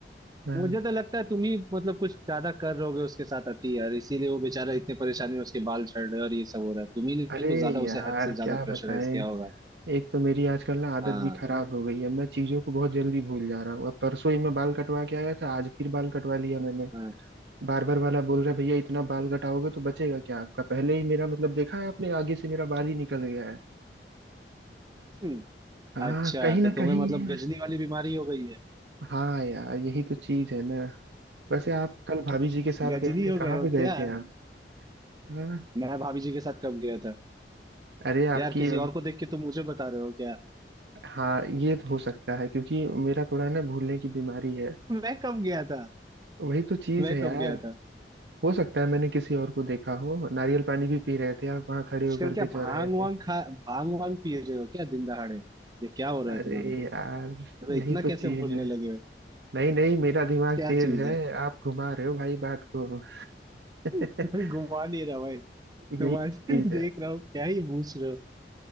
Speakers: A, on the right; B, on the right.
A: हाँ।
B: मुझे तो लगता है तुम ही मतलब कुछ ज्यादा कर रहोगे उसके साथ अति यार इसीलिए वो बेचारा इतने परेशानी में उसके बाल झड़ रहे हैं और ये सब हो रहा है तुम ही
A: अरे
B: ने कुछ ज्यादा
A: यार
B: उसे हद से ज्यादा
A: क्या बताएं
B: प्रेशराइज किया होगा
A: एक तो मेरी आजकल ना आदत
B: हाँ
A: भी खराब हो गई है मैं चीजों को बहुत जल्दी भूल जा रहा हूँ अब परसों ही मैं बाल कटवा के आया था आज फिर बाल कटवा लिया मैंने
B: हाँ
A: बार बार वाला बोल रहा है भैया इतना बाल कटाओगे तो बचेगा क्या आपका पहले ही मेरा मतलब देखा है आपने आगे से मेरा बाल ही निकल गया है
B: हम्म।
A: हाँ
B: अच्छा
A: कहीं ना
B: तो तुम्हें
A: कहीं
B: मतलब
A: ये-
B: गजनी वाली बीमारी हो गई है
A: हाँ यार यही तो चीज है ना वैसे आप कल भाभी जी के साथ
B: गजनी
A: गए
B: हो
A: थे कहाँ
B: गए हो
A: पे
B: क्या
A: गए थे आप हाँ,
B: मैं भाभी जी के साथ कब गया था
A: अरे आपकी
B: यार किसी और को देख के तुम मुझे बता रहे हो क्या
A: हाँ ये तो हो सकता है क्योंकि मेरा थोड़ा ना भूलने की बीमारी है
B: मैं कब गया था
A: वही तो चीज
B: मैं
A: है यार
B: कब गया था
A: हो सकता है मैंने किसी और को देखा हो नारियल पानी भी पी रहे थे आप वहाँ खड़े
B: आजकल
A: होकर
B: क्या
A: के चौराहे
B: भांग वांग
A: पे
B: खा भांग वांग पी रहे हो क्या दिन दहाड़े ये क्या हो रहा
A: अरे
B: है तुम्हारा
A: यार
B: मतलब इतना
A: यही तो चीज
B: कैसे भूलने
A: है
B: लगे हो
A: नहीं नहीं मेरा दिमाग
B: क्या
A: तेज
B: चीज
A: है
B: है
A: आप घुमा रहे हो भाई बात को <laughs>
B: <laughs> कोई घुमा नहीं रहा भाई
A: यही
B: तुम्हारे
A: चीज
B: <laughs> देख
A: है
B: रहा हूँ क्या ही पूछ रहे हो